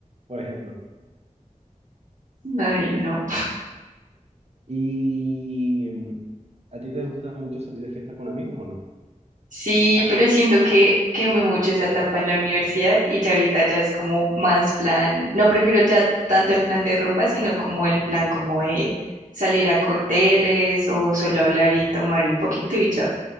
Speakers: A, on the right; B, on the right.
A: por ejemplo.
B: ay, no.
A: ¿Y mm, a ti te gusta mucho salir de fiesta con amigos o no?
B: Sí, pero siento que quemé mucho esa etapa en la universidad y ya ahorita ya es como más plan, no prefiero ya tanto el plan de rumba, sino como el plan como de salir a cócteles o solo hablar y tomar un poquito y ya.